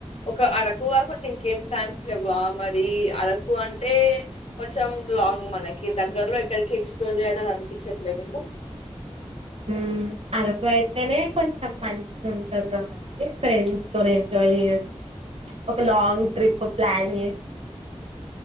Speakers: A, on the left; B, on the right.
A: ఒక అరకు కాకుండా ఇంకేం ప్లాన్స్లు లేవ మరి అరకు అంటే కొంచెం లాంగ్ మనకి దగ్గరలో ఎక్కడికి ఎక్స్ప్లోర్ చేయాలని అనిపించట్లేదా నీకు
B: ఉ అరకు అయితేనే కొంచెం మంచిగా ఉంటది కదా అని ఫ్రెండ్స్ తో ఎంజాయ్ చేయొచ్చు ఒక లాంగ్ ట్రిప్ ప్లాన్ చేస్తే